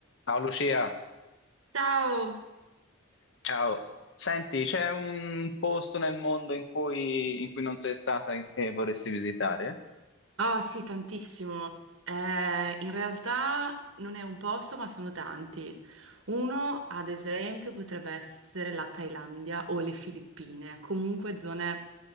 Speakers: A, on the left (about 55°); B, on the right (about 65°).
A: Ciao Lucia,
B: Ciao!
A: ciao. Senti, c'è un posto nel mondo in cui, in cui non sei stata e e vorresti visitare?
B: Oh sì, tantissimo. Eh, in realtà non è un posto, ma sono tanti. Uno, ad esempio, potrebbe essere la Thailandia o le Filippine, comunque zone